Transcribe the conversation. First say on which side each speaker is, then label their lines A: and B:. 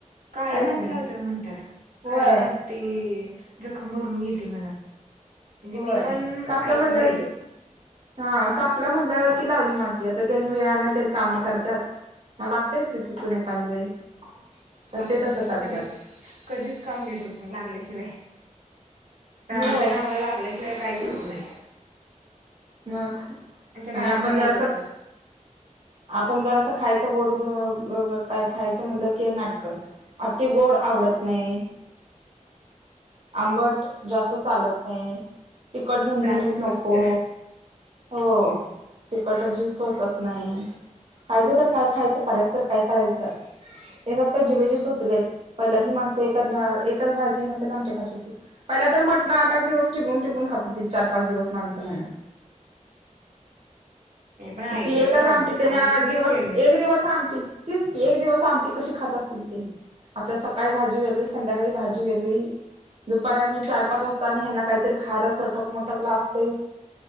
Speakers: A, on the right; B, on the right.
A: काळीमाती
B: काहीच नाही
A: लावतात म्हणतात
B: होय
A: काळीमाती. जखम भरून येते म्हणा. म्हणजे
B: होय
A: मी पण
B: कापलं
A: ऐकलंय
B: म्हटलं की हा कापला म्हटलं की लावली माती आता त्यानी वेळने त्यांनी कामं करतात. लागतेयच की चुकून एखाद्या वेळेस तर
A: लागतच
B: ते तसं करत्यात.
A: कधीच कधीच कामं नीट होत नाही लागल्याशिवाय घराल्या
B: होय
A: कामाला लागल्याशिवाय काहीच होत नाही.
B: मग
A: आमच्या मामाकडे
B: आपण जरासक.
A: आहे तसं
B: आपण जरसं खायचं गोड का खायचं म्हणलं की नाटकं. आती गोड आवडत नाही. आंबट, जास्त चालत नाही तिकट झणझणीत
A: दात
B: नको.
A: दुखत्यात
B: हो तिखट जी सोसत नाही. खायचं, तर काय खायचं, करायचं तर काय करायचं. हे फक्त जिभेचे चोचलेत पहिल्यातली माणसे एकाच एकचं भाजी आणि एकाचं आमटी खातं होती. पहिल्या तर मटण आठ आठ दिवस टिकून टिकून खात होती चार पाच दिवस माणसं म्हण.
A: मी पण ऐकलंय
B: ती एकच
A: आम
B: आमटी त्याने
A: आम्ही
B: आठ
A: कधी
B: दिवस
A: केलं नाही
B: एक दिवस आमटी. तीच की एक दिवस आमटी कशी खात असतील ती. आपल्याला सकाळी भाजी वेगळी संध्याकाळी भाजी वेगळी. दुपारी आणि चार पाच वाजता आणि हेना काहीतरी खायला चटक मटक लागतयच.